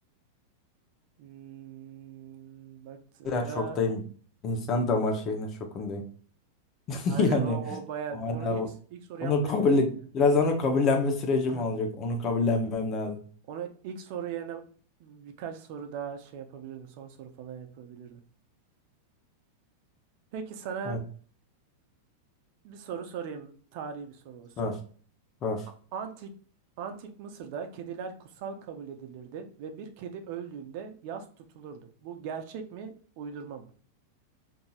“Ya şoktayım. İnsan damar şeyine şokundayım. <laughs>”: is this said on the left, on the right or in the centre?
Left